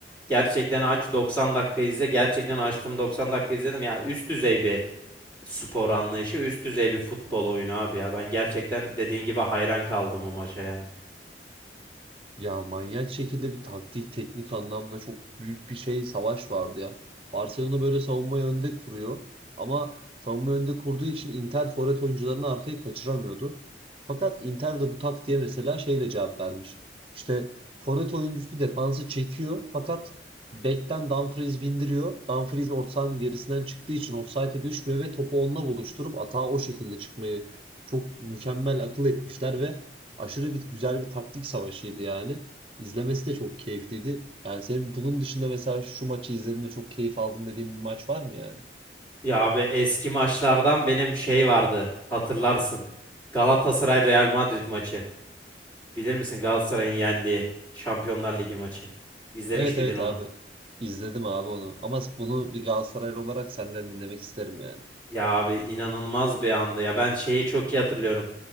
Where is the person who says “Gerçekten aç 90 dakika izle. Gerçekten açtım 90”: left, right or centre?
Left